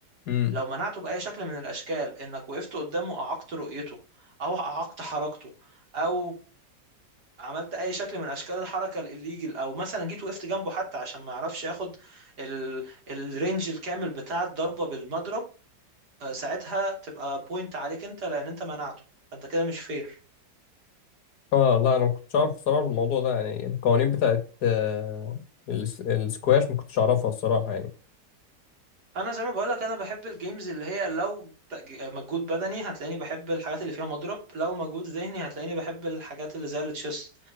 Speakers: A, on the left; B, on the right.
A: امم
B: لو منعته باي شكل من الاشكال انك وقفت قدامه اعقت رؤيته او اعقت حركته او عملت اي شكل من اشكال الحركه الليجل او مثلا جيت وقفت جنبه حتى عشان ما يعرفش ياخد ال... الرينج الكامل بتاع الضربه بالمضرب آه، ساعتها تبقى بوينت عليك انت لان انت منعته فانت كده مش فير
A: اه لا انا ما كنتش اعرف الصراحة الموضوع ده يعني القوانين بتاعت آه، الس- السكواش ما كنتش اعرفها الصراحة يعني
B: فانا زي ما بقول لك انا بحب الجيمز اللي هي لو تج- مجهود بدني هتلاقيني بحب الحاجات اللي فيها مضرب لو مجهود ذهني هتلاقيني بحب الحاجات اللي زي التشيس